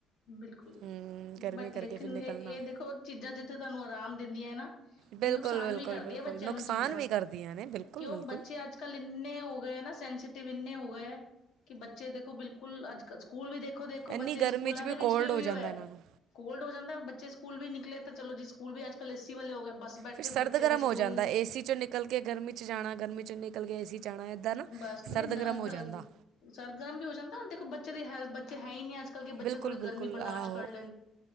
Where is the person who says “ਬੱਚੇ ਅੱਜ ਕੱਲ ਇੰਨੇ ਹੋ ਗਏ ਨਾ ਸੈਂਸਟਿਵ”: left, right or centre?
Left